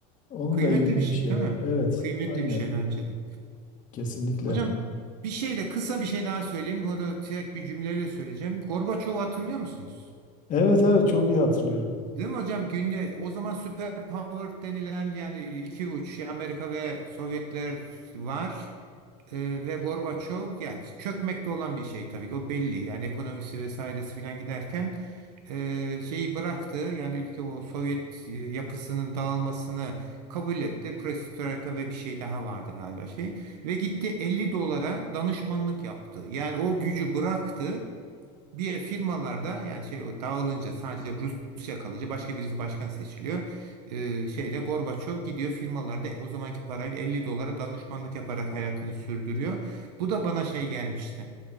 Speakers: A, on the left; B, on the right.
A: Onun
B: Kıymetli
A: da ilginç
B: bir şey
A: bir şey
B: değil
A: var.
B: mi?
A: Evet,
B: Kıymetli
A: aynen
B: bir şey bence de.
A: kesinlikle.
B: Hocam bir şey de kısa bir şey daha söyleyeyim. Bu da tek bir cümleyle söyleyeceğim. Gorbaçov'u hatırlıyor musunuz?
A: Evet evet çok iyi hatırlıyorum.
B: Değil mi hocam? Günde o zaman süper power denilen yani iki uç şey, Amerika ve Sovyetler var. Ee, ve Gorbaçov yani çökmekte olan bir şey tabii ki o belli yani ekonomisi vesairesi filan giderken e, şeyi bıraktı yani ülke o Sovyet e, yapısının dağılmasını kabul etti. Perestroika ve bir şey daha vardı galiba şey ve gitti 50 dolara danışmanlık yaptı yani o gücü bıraktı bir firmalarda yani şey dağılınca sadece Rusya kalınca başka birisi başkan seçiliyor. Ee, şeyde Gorbaçov gidiyor firmalarda "E, o zamanki parayla 50 dolara danışmanlık yaparak hayatını sürdürüyor. Bu da bana şey gelmişti.